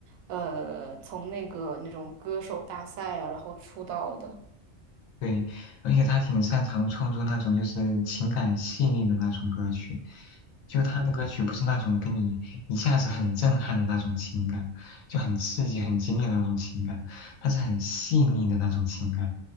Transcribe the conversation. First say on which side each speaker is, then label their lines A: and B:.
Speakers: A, on the right; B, on the left.
A: 呃从那个那种歌手大赛啊，然后出道的。
B: 对，而且他挺擅长创作那种就是情感细腻的那种歌曲，就他的歌曲不是那种跟你一下子很震撼的那种情感，就很刺激、很激烈的那种情感，他是很细腻的那种情感。